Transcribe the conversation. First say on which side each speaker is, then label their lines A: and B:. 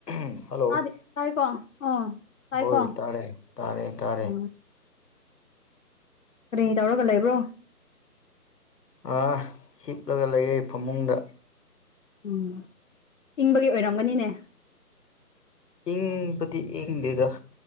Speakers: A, on the left (about 80°); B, on the left (about 55°).
A: ꯎꯝ hello
B: ꯑꯥꯗꯦ ꯇꯥꯏꯀꯣ ꯑ ꯇꯥꯏꯀꯣ
A: ꯍꯣꯏ ꯇꯥꯔꯦ ꯇꯥꯔꯦ ꯇꯥꯔꯦ
B: ꯎ ꯀꯔꯤ ꯌꯥꯎꯔꯒ ꯂꯩꯕ꯭ꯔꯣ
A: ꯑꯥ ꯍꯤꯞꯂꯒ ꯂꯩꯌꯦ ꯐꯃꯨꯡꯗ
B: ꯎꯝ ꯏꯪꯕꯒꯤ ꯑꯣꯏꯔꯝꯒꯅꯤꯅꯦ
A: ꯏꯪꯕꯗꯤ ꯏꯪꯗꯦꯗ